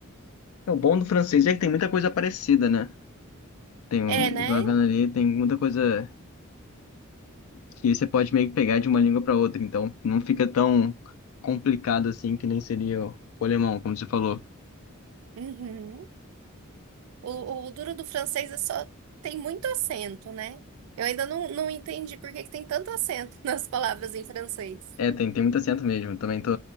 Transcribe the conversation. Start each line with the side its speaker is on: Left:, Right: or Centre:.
Left: O bom do francês é que tem muita coisa parecida, né? Tem, um-
Right: É, né?
Left: eu vendo ali, tem muita coisa que você pode meio que pegar de uma língua para outra. Então não fica tão complicado assim que nem seria o o alemão, como você falou.
Right: Uhum. O, o duro do francês é só tem muito acento, né? Eu ainda não, não entendi por que que tem tanto acento <laughs> nas palavras em francês.
Left: É, tem, tem muito acento mesmo. Também tô.